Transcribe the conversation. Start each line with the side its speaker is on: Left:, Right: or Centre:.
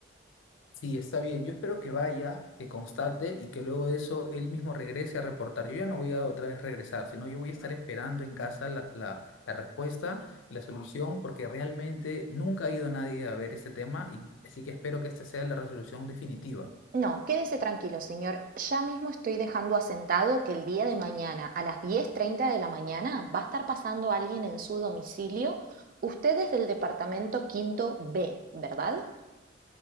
Left: Sí, está bien. Yo espero que vaya, que constate y que luego de eso él mismo regrese a reportar. Yo ya no voy a otra vez regresar, sino yo voy a estar esperando en casa la, la- la respuesta y la solución, porque realmente nunca ha ido nadie a ver este tema y así que espero que esta sea la resolución definitiva.
Right: No, quédese tranquilo, señor. Ya mismo estoy dejando asentado que el día de mañana, a las diez treinta de la mañana, va a estar pasando alguien en su domicilio. Usted es del departamento quinto B, ¿verdad?